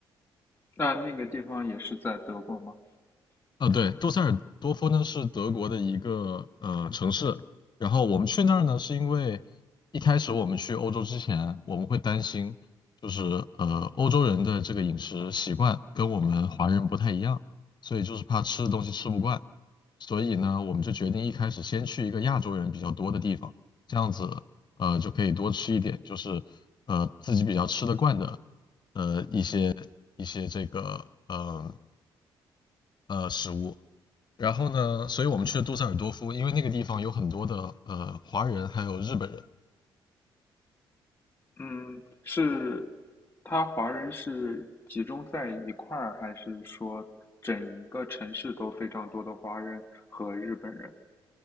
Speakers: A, on the left (about 20°); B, on the left (about 35°).
A: 那那个地方也是在德国吗？
B: 啊，对，杜塞尔多夫呢是德国的一个呃城市，然后我们去那儿呢，是因为一开始我们去欧洲之前，我们会担心，就是呃欧洲人的这个饮食习惯跟我们华人不太一样，所以就是怕吃的东西吃不惯，所以呢，我们就决定一开始先去一个亚洲人比较多的地方，这样子呃就可以多吃一点，就是呃自己比较吃得惯的呃一些一些这个呃。呃食物。然后呢，所以我们去了杜塞尔多夫，因为那个地方有很多的呃华人还有日本人，
A: 嗯，是，他华人是集中在一块儿，还是说整一个城市都非常多的华人和日本人？